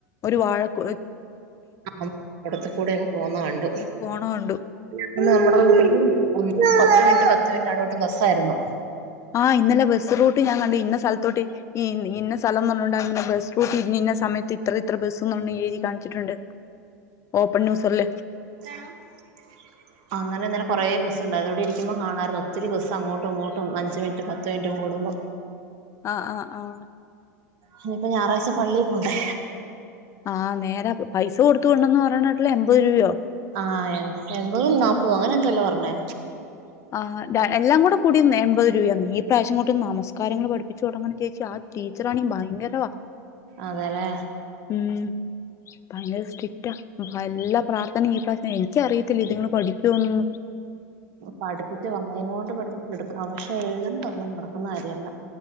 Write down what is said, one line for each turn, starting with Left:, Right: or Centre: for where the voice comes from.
Left: ഒരു വാഴക്ക
Right: ആ അടുത്ത് കൂടെങ്ങ് പോന്ന കണ്ട്
Left: പോണ കണ്ടു
Right: പിന്നെ നമ്മുടെ റൂട്ടിൽ പത്ത് മിനിറ്റ് പത്ത് മിനിറ്റ് ഇടവിട്ട് ബസ്സായിരുന്നു.
Left: ആഹ് ഇന്നലെ ബസ് റൂട്ട് ഞാൻ കണ്ടു ഇന്ന സ്ഥലത്തോട്ട് ഈ ഇന്ന സ്ഥലം എന്ന് പറഞ്ഞാണ്ട് അങ്ങെ ബസ് റൂട്ടി ഇന്ന സമയത്ത് ഇത്ര ഇത്ര ബസ്ന്ന് എഴുതി കാണിച്ചിട്ടുണ്ട്. ഓപ്പെൺ ന്യൂസുകൾൽ
Right: <unintelligible> അങ്ങനെ ഇന്നലെ കൊറെ ബസ് ഉണ്ടായിരുന്നു ഇവടെ ഇരിക്കുമ്പോ കാണായിരുന്നു ഒത്തിരി ബസ് അങ്ങോട്ടും ഇങ്ങോട്ടും അഞ്ച് മിനിറ്റ് പത്ത് മിനിറ്റ് കൂടുമ്പം
Left: ആഹ് ആഹ് ആഹ്
Right: ഇഞ്ഞിപ്പം ഞായറാഴ്ച്ച പള്ളി പോണ്ടെ?
Left: ആഹ് നേരാ പൈസ കൊടുത്തു വിടെണംന്ന് പറിണെ കേട്ടല്ലോ എമ്പത് രൂപയോ?
Right: ആഹ് എം എമ്പതും നാപ്പതും അങ്ങനെ എന്തോ അല്ലെ പർണെ?
Left: ആഹ് ഡാ എല്ലാം കൂടെ കൂടിന്നെ എമ്പെത് രൂപയാന്നെ ഈ പ്രാവ്ശ്യം അങ്ങോട്ട് നമസ്കാരങ്ങൾ പഠിപ്പിച്ച് തൊടങ്ങാന് ചേച്ചി ആ ടീച്ചെർ ആണെങ്കി ഭയങ്കരവാ
Right: അതെ ലെ
Left: ഉം ഭയങ്കര സ്ട്രിക്റ്റാ വല്ല പ്രാർത്ഥനിം ഈ പ്രാവ്ശ്യം എനിക്ക് അറിയത്തില്ല ഇതിങ്ങൾ പഠിക്കോ ഒന്നും
Right: പഠിപ്പിച്ചാ വന്നെയ് കൊണ്ട് പഠിപ്പിച്ച് എടുക്കെണം പക്ഷെ എഴുതാൻ പറഞ്ഞാ നടക്കുന്ന കാര്യം അല്ല.